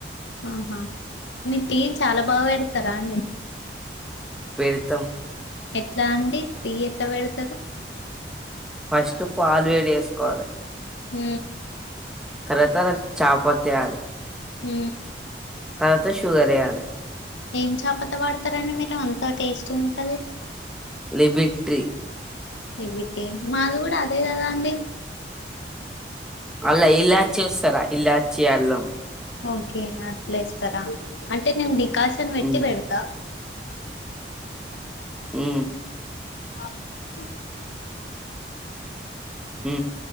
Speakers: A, on the left; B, in the centre.
A: ఆహా మీరు టీ చాలా బాగా పెడతారా అండి
B: పెడతం
A: ఎట్లా అండి టీ ఎట్లా పెడతారు
B: ఫస్ట్ పాలు వేడి వేసుకోవాలి
A: ఊ
B: తరవాత <inaudible> చాపత్ ఎయ్యాలె
A: ఊ
B: తర్వాత షుగరెయ్యాలె
A: ఏం చాపత వాడతారండి మీకేమో అంత టేస్ట్ ఉంటది
B: లిబిట్రి
A: ఏవిటి మాలు కూడా అదేదద అండి
B: అల్ ఇల్లాచ్చి వస్తస్తారా ఇల్లాచ్చి అలం
A: ఓకే నా ప్లస్స్తారా అంటే నిమ్ డి కాశన్ వెట్టి
B: ఉమ్
A: పెడతా
B: ఉ
A: ఆ <unintelligible>
B: ఉ